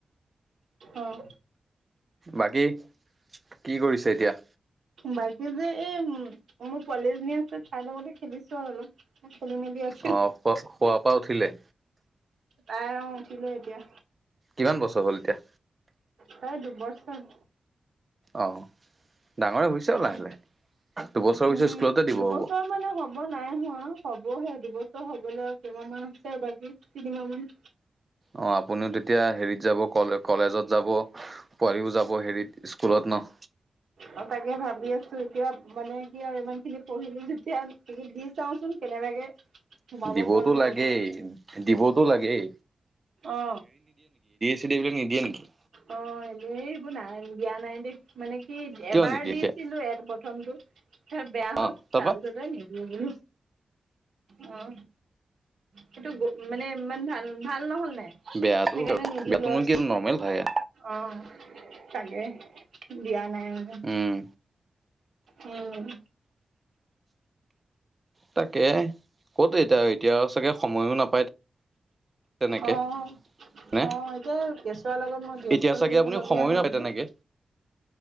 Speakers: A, on the right; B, on the right.
A: উম।
B: বাকী, কি কৰিছে এতিয়া?
A: বাকী যে এই, মোৰ পোৱালি এজনী আছে, তাই লগতে খেলিছো আৰু অলপ। খেলি-মেলি আছো
B: অ', শুৱা- শুৱা পা উঠিলে?
A: তাই অ', উঠিলে এতিয়া।
B: কিমান বছৰ হ'ল এতিয়া?
A: তাইৰ দুবছৰ।
B: অ', ডাঙৰ হৈছে
A: উম,
B: লাহে-লাহে, দুবছৰৰ
A: উম,
B: পিছত স্কুলতে দিব
A: দুবছৰ
B: হ'ব।
A: মানে হ'ব নাই হোৱা হ'বহে দুবছৰ হ'বলৈ আৰু কেইমাহ মাহ আছে আৰু বাকী তিনিমাহ মান।
B: অ আপুনিও তেতিয়া হেৰিত যাব কলে কলেজত যাব। পোৱালিও যাব হেৰিত স্কুলত ন?
A: অ তাকে ভাবি আছো এতিয়া মানে কি আৰু ইমান খিনি পঢ়িলো যেতিয়া এই দি চাওচোন কেনেবাকে সোমাব
B: দিবতো
A: পাৰোনি
B: লাগেই
A: ক'ৰবাত
B: দিবতো লাগেই।
A: অ
B: ইন্টাৰভিউটো নিদিয়ে নেকি?
A: অ এনেই এইবোৰ নাই দিয়া নাই দে। মানে হিত
B: কিয়
A: এবাৰ
B: নিদিয়ে
A: দিছিলো
B: সেয়া
A: এ প্ৰথমটো হে বেয়া হল
B: অ', তাৰপা
A: তাৰপিছত তে নিদিওঁ বোলো, অ। সেইটো গো মানে ইমান ভাল ভাল নহল নাই
B: বেয়াটো
A: সেইকাৰণে নিদিলো
B: বেয়াতোনো
A: আৰু
B: কি নৰ্মেল থাকে।
A: অ তাকেহ দিয়া নাই মানে।
B: উম,
A: উম।
B: তাকে ক'ত এতিয়া এতিয়া আউ চাগে সময়ো নাপায়। তেনেকে
A: অ। অ
B: নে
A: এতিয়া কেঁচুৱাৰ লগত মই ব্যস্ত
B: এতিয়া চাগে
A: হৈ থাকিব
B: আপুনি
A: লগীয়া
B: সময়ো
A: হয়
B: নাপায় তেনেকে।
A: যে।